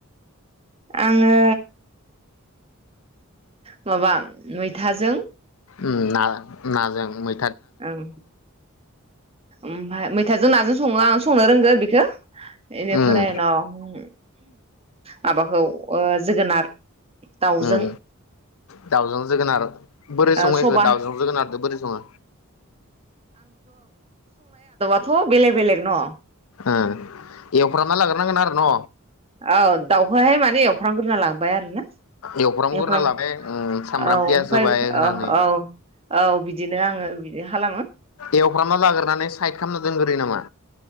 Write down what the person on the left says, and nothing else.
उ ना नाजों मै
उम
उम दाउजों जोगोनार बोरै
सङो
इखो दाउजों जोगोनारदो बोरै सङो
अ एवफ्रामना लाग्रोनांगोन आरो न'
एवफ्रामग्रोना
लाबाय उम सामब्राम
पियास
होबाय होनानै
एवफ्रामना लाग्रोनानै साइद खालामना दोनग्रोयो नामा